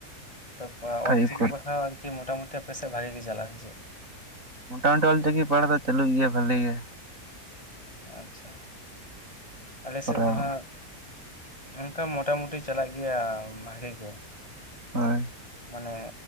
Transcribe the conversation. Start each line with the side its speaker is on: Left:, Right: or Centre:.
Left: ᱛᱟ ᱯᱚᱨᱮ
Right: ᱯᱷᱟᱭᱤᱵ
Left: ᱚᱞᱪᱤᱠᱤ ᱯᱟᱲᱦᱟᱣ ᱟᱨᱠᱤ ᱢᱚᱴᱟᱢᱩᱴᱤ ᱟᱯᱮ ᱥᱮᱫ ᱵᱷᱟᱜᱤ ᱜᱮ ᱪᱟᱞᱟᱜᱼᱟ ᱥᱮ ᱪᱮᱫ?
Right: ᱢᱚᱴᱟᱢᱩᱴᱤ ᱚᱞᱪᱤᱠᱤ ᱯᱟᱲᱦᱟᱜ ᱫᱚ ᱪᱟᱹᱞᱩᱜ ᱜᱮᱭᱟ ᱵᱷᱟᱞᱤ ᱜᱮ᱾
Left: ᱟᱪᱪᱷᱟ ᱟᱞᱮ
Right: ᱠᱚᱨᱟᱣ
Left: ᱥᱮᱫ ᱫᱚ ᱦᱟᱸᱜ ᱚᱱᱠᱟ ᱢᱚᱴᱟ ᱢᱩᱴᱤ ᱪᱟᱞᱟᱜ ᱜᱮᱭᱟ ᱵᱷᱟᱜᱤ ᱜᱮ᱾
Right: ᱦᱳᱭ᱾
Left: ᱢᱟᱱᱮ